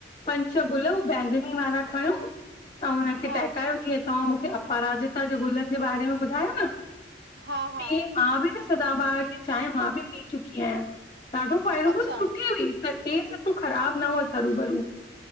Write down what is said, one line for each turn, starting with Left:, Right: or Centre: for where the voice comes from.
Left: पंज छह गुल बैेंंगनी वारा खणो ऐं हुनखे
Right: हा
Left: टहिकायो जीअं तव्हां मूंखे अपराजिता जे गुलनि जे बारे में ॿुधायो न
Right: हा हा
Left: तीअ मां बि सदाबार जी चांहि मां बि पी चुकी आहियां ॾाढो फ़ाइदो
Right: अच्छा
Left: सुठी हुई। त स तूं ख़राब न हो ज़रू भरू